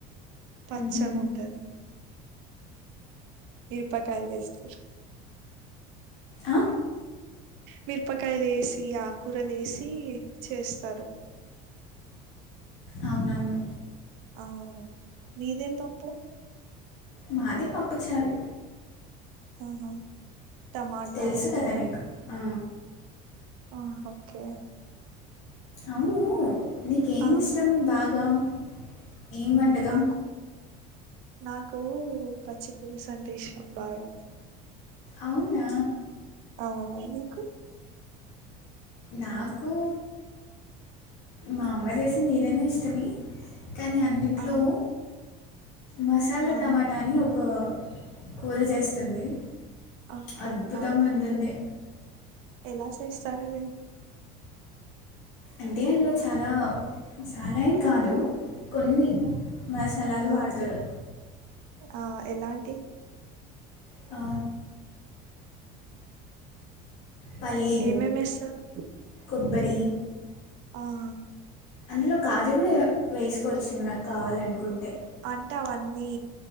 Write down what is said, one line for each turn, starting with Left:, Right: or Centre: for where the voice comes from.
Right: పచ్చగా
Left: మ్హూ.
Right: ఉంటది మిరపకాయలు ఇస్తారు
Left: ఆ
Right: మిరపకాయ వేసి ఈ ఆకూర వేసి చేస్తారు
Left: అవునను
Right: అవు మీదేం పప్పు
Left: మాది పప్పుచారు
Right: ఆహా టమాటా
Left: తెలుసు కదా
Right: వ్యా
Left: నీకు ఆ.
Right: ఆ ఓకే
Left: అవును నీకేమి
Right: ఆ
Left: ఇష్టం బాగా వ ఏం వంటకం
Right: నాకు నాకు పచ్చి పులుసు అంటే ఇష్టం బాగా
Left: అవునా
Right: ఔ నీకు
Left: నాకు మా అమ్మ చేసింది ఏదైనా ఇష్టమే కానీ అన్నిట్లో
Right: ఆ
Left: మసాలా
Right: ఆ
Left: టమాటా అని ఒక కూర చేస్తుంది
Right: ఓకే
Left: అద్భుతంగా
Right: ఆహా
Left: ఉంటుంది
Right: ఎలా చేస్తారు అది
Left: అంటే అందులో చాలా చాలా ఏం కాదు కొన్ని
Right: ఆ
Left: మసాలాలు
Right: ఆ
Left: వాడతారు
Right: ఆ ఎలాంటి
Left: అ పల్లీలు
Right: ఏమేమి వేస్తారు
Left: కొబ్బరి
Right: అవును
Left: అందులో కాజు కూడా వేసుకోవచ్చు మనకు కావాలనుకుంటే
Right: అంటే అవన్నీ